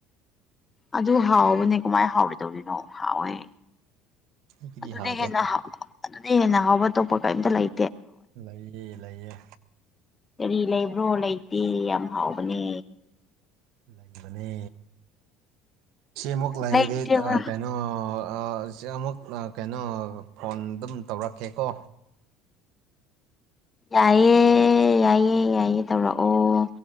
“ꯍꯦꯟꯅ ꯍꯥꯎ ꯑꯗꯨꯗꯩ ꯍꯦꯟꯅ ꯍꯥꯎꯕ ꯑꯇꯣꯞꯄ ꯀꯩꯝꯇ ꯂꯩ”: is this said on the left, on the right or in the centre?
Left